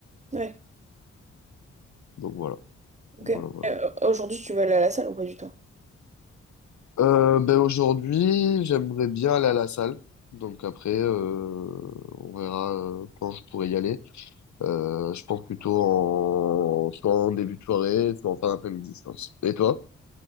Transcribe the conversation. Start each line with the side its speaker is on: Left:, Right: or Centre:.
Right: Ouais,
Left: donc voilà
Right: ok.
Left: Voilà, voilà.
Right: Euh, aujourd'hui, tu veux aller à la salle ou pas du tout?
Left: Euh, ben aujourd'hui, j'aimerais bien aller à la salle. Donc après, euh, on verra euh, quand je pourrai y aller. Euh, je pense plutôt en soit en début de soirée, soit en fin d'après-midi, je pense. Et toi?